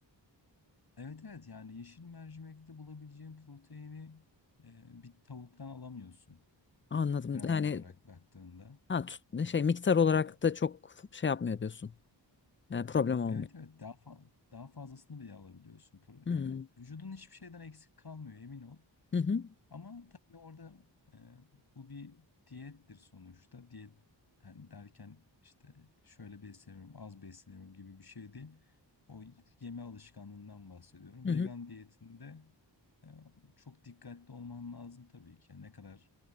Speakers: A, on the left; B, on the left.
A: evet evet yani yeşil mercimekte bulabileceğin proteini e, bir tavuktan alamıyorsun
B: Anladım.
A: gramaj
B: Yani
A: olarak baktığında.
B: ha, tut- şey miktar olarak
A: E,
B: da çok şey yapmıyor diyorsun. Yani problem olmuyor.
A: evet evet daha fa- daha fazlasını bile alabiliyorsun. Pro-
B: Hmm.
A: Yani vücudun hiçbir şeyden eksik kalmıyor emin ol.
B: Hı hı,
A: Ama tabii orada e, bu bir diyettir sonuçta. Diyet hani derken işte şöyle besleniyorum, az besleniyorum gibi bir şey değil. O yeme alışkanlığından bahsediyorum.
B: hı
A: Vegan
B: hı,
A: diyetinde e, çok dikkatli olman lazım tabii ki. Yani ne kadar